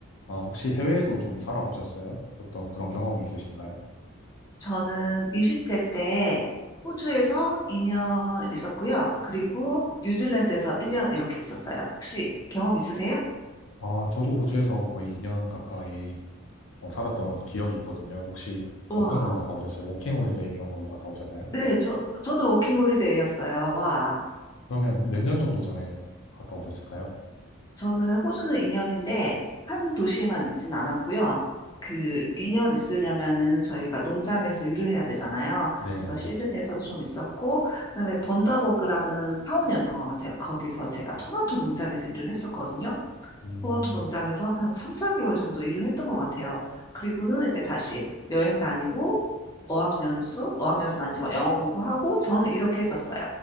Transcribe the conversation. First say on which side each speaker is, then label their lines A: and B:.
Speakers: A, on the left; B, on the left.
A: 아, 혹시 해외에도 좀 살아보셨어요? 어떤 그런 경험이 있으신가요?
B: 저는 20대 때 호주에서 2년 있었고요. 그리고 뉴질랜드에서 1년 이렇게 있었어요. 혹시 경험 있으세요?
A: 아, 저도 호주에서 거의 2년 가까이 어, 살았던 기억이 있거든요. 혹시
B: 와.
A: 어떤 걸로 갔다 오셨어요? 워킹 홀리데이 이런 걸로 갔다 오셨나요?
B: 네, 저, 저도 워킹 홀리데이였어요. 와.
A: 그러면 몇 년 정도 전에 갔다 오셨을까요?
B: 저는 호주는 2년인데 한 도시에만 있지는 않았고요. 그 2년 있으려면은 저희가 농장에서 일을 해야 되잖아요.
A: 네네,
B: 그래서 시드니에서도
A: 맞습니다.
B: 좀 있었고, 그다음에 번다버그라는 타운이었던 것 같아요. 거기서 제가 토마토 농장에서 일을 했었거든요.
A: 음,
B: 토마토 농장에서 한 3, 4개월 정도 일을 했던 것 같아요. 그리고는 이제 다시 여행 다니고 어학연수, 어학연수는 아니지만 영어 공부하고 저는 이렇게 했었어요.